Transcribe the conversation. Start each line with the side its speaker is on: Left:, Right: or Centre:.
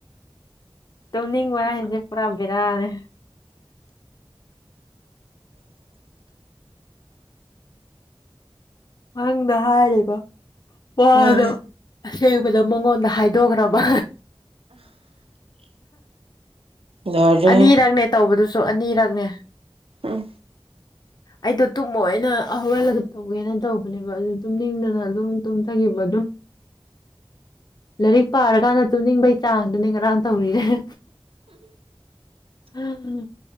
Left: ꯇꯨꯝꯅꯤꯡꯕ ꯍꯥꯏꯁꯦ ꯄꯨꯔꯥ ꯕꯦꯔꯥꯅꯦ ꯃꯪꯗ ꯍꯥꯏꯔꯤꯕ ꯋꯥꯗꯣ
Right: ꯎꯝ
Left: ꯑꯁꯦꯡꯕꯗ ꯃꯉꯣꯟꯗ ꯍꯥꯏꯗꯣꯒ꯭ꯔꯕ
Right: ꯂꯣꯏꯔꯦ
Left: ꯑꯅꯤꯔꯛꯅꯦ ꯇꯧꯕꯗꯨꯁꯨ ꯑꯅꯤꯔꯛꯅꯦ
Right: ꯎꯝ
Left: ꯑꯩꯗꯣ ꯇꯨꯝꯃꯣꯢꯅ ꯍꯧꯒꯂꯒ ꯇꯧꯒꯦꯅ ꯇꯧꯕꯅꯦꯕ ꯑꯗꯨ ꯇꯨꯝꯅꯤꯡꯗꯅ ꯑꯗꯨꯝ ꯇꯨꯝꯊꯈꯤꯕ ꯑꯗꯨꯝ ꯂꯥꯏꯔꯤꯛ ꯄꯥꯔꯀꯥꯟꯗ ꯇꯨꯝꯅꯤꯡꯕꯒꯤ ꯆꯥꯡꯗꯨꯅꯤ ꯉꯔꯥꯡ ꯇꯧꯔꯤꯁꯦ <unintelligible>